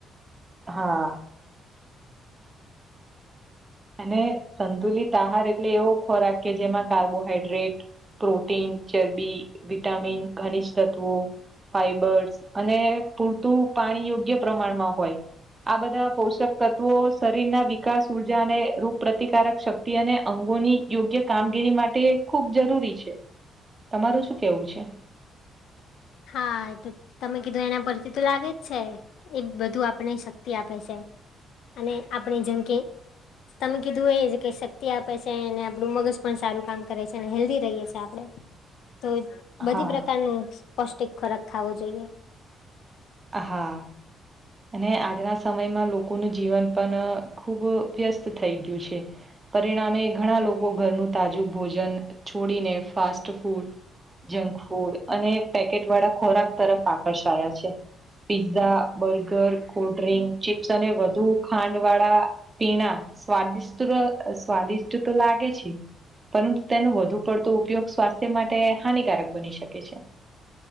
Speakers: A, on the right (about 25°); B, on the left (about 75°).
A: હા અને સંતુલિત આહાર એટલે એવો ખોરાક કે જેમાં કાર્બોહાઈડ્રેટ પ્રોટીન ચરબી વિટામિન ખનીજ તત્વો ફાઈબર્સ અને પૂરતું પાણી યોગ્ય પ્રમાણ માં હોય આ બધા પોષક તત્વો શરીર ના વિકાસ ઉ ઉર્જા ને રૂપ પ્રતિકારક શક્તિ અને અંગોની યોગ્ય કામગીરી માટે ખૂબ જરૂરી છે તમારું શું કેવું છે
B: હા એ તો તમે કીધું એના પરથી તો લાગે જ છે. એ બધું આપણે શક્તિ આપે છે અને આપણે જેમ કે તમે કીધું એ જ કે શક્તિ આપે છે એ ને આપડું મગજ પણ સારું કામ કરે છે અને હેલ્દી રહીએ છીએ આપડે તો બધી
A: હા
B: પ્રકારનો પૌષ્ટિક ખોરાક ખાવો જોઈએ
A: હા અને આજના સમયમાં લોકોનું જીવન પણ અ ખુબ વ્યસ્ત થઈ ગયું છે પરિણામે ઘણા લોકો ઘરનું તાજું ભોજન છોડીને ફાસ્ટ ફૂડ જંક ફૂડ અને પેકેટ વાળા ખોરાક તરફ આકર્ષાયા છે પીઝા બર્ગર કોલ્ડડ્રિંક ચીપ્સ અને વધુ ખાંડ વાળા પીણા સ્વાદિષ્ટ રે અ સ્વાદિષ્ટ તો લાગે છે. પરંતુ તેનો વધુ પડતો ઉપયોગ સ્વાસ્થ્ય માટે હાનિકારક બની શકે છે.